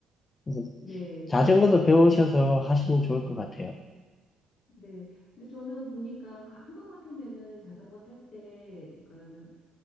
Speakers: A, on the left; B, on the left.
A: 그래서
B: 네.
A: 자전거도 배우셔서 하시면 좋을 것 같아요.
B: 네. 근데 저는 보니까 가- 한강 같은 데는 자전거 탈 때, 그러니까는